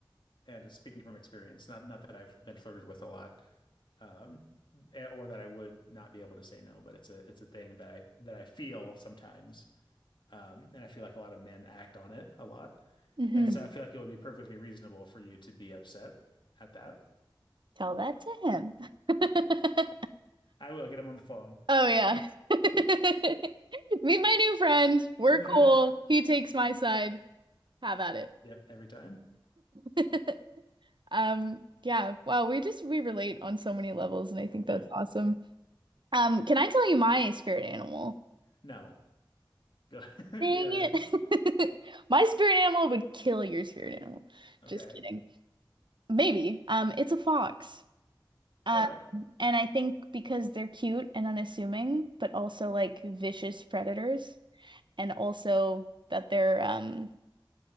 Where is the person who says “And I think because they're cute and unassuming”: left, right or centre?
Right